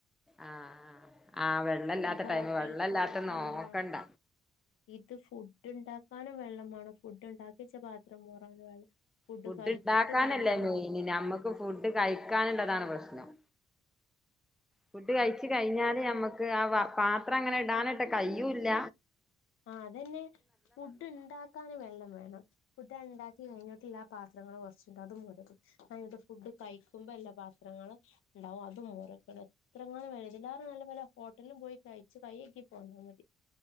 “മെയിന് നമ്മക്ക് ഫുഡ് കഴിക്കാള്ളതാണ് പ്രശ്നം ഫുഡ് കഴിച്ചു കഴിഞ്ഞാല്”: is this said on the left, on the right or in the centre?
Centre